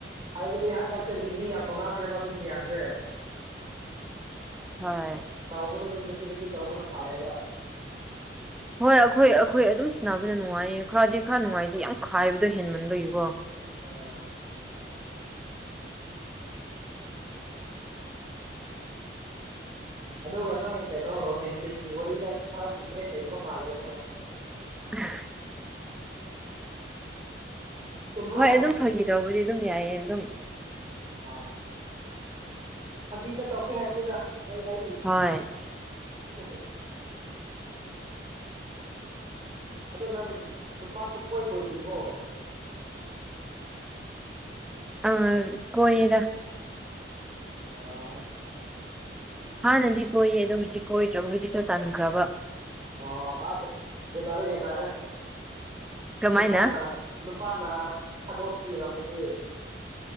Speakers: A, on the right; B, in the centre.
A: ꯍꯥꯏꯕꯗꯤ ꯍꯟꯗꯛꯁꯦ ꯕꯤꯖꯤ ꯌꯥꯝ ꯇꯧꯅꯈ꯭ꯔꯦꯕ ꯃꯤ ꯃꯌꯥꯝꯁꯦ <inaudible>
B: ꯍꯣꯏ
A: ꯇꯧꯕꯗꯣ ꯑꯗꯨꯝ ꯅꯨꯇꯤ ꯅꯨꯇꯤ ꯇꯧꯕꯅ ꯐꯥꯔꯦꯕ
B: ꯍꯣꯏ ꯑꯩꯈꯣꯏ ꯑꯩꯈꯣꯏ ꯑꯗꯨꯝ ꯁꯥꯟꯅꯕꯅ ꯅꯨꯡꯉꯥꯏꯌꯦ ꯈꯔꯗꯤ ꯈꯔ ꯅꯨꯡꯉꯥꯏꯇꯦ ꯌꯥꯝ ꯈꯥꯏꯕꯗꯣ ꯍꯦꯟꯃꯟꯕꯒꯤꯀꯣ
A: ꯑꯝ ꯑꯗꯨꯒ ꯅꯪ ꯀꯩꯅꯣ ꯔꯣꯃꯦꯟꯇꯤꯛꯀꯤ ꯋꯥꯔꯤꯗ ꯈꯔ ꯏꯟꯇꯔꯦꯁ ꯂꯩꯗꯕ ꯃꯥꯜꯂꯦ ꯀꯣ
B: <unintelligible>
A: ꯆꯨꯝꯕ꯭ꯔꯣ
B: ꯍ ꯍꯣꯏ ꯑꯗꯨꯝ ꯐꯒꯤ ꯇꯧꯕꯗꯤ ꯑꯗꯨꯝ ꯌꯥꯏꯌꯦ ꯑꯗꯨꯝ
A: ꯑꯥ ꯐꯥꯒꯤꯗ ꯇꯧꯁꯦ ꯍꯥꯏꯕꯅꯤꯗ ꯑꯩ ꯑꯩ
B: ꯍꯣꯏ
A: <unintelligible> ꯑꯗꯣ ꯅꯪ ꯅꯨꯨꯄꯥ ꯁꯨꯀꯣꯏ ꯀꯣꯏꯗ꯭ꯔꯤꯕꯣ
B: ꯑꯥ ꯀꯣꯏꯌꯦꯗ
A: ꯑꯥ
B: ꯍꯥꯟꯅꯗꯤ ꯀꯣꯏꯌꯦ ꯑꯗꯣ ꯍꯧꯖꯤꯛ ꯀꯣꯏꯗ꯭ꯔꯕ ꯍꯧꯖꯤꯛꯇꯣ ꯇꯟꯈ꯭ꯔꯕ꯫
A: ꯑꯣ ꯑꯗ ꯒ꯭ꯌꯥꯟꯇꯥꯔꯦ ꯒ꯭ꯌꯥꯟꯇꯔꯦ
B: ꯀꯃꯥꯏꯅ
A: ꯅꯨꯄꯥꯅ ꯅꯨꯄꯥꯅ ꯊꯥꯗꯣꯛꯄꯤꯔꯝꯕꯒꯦ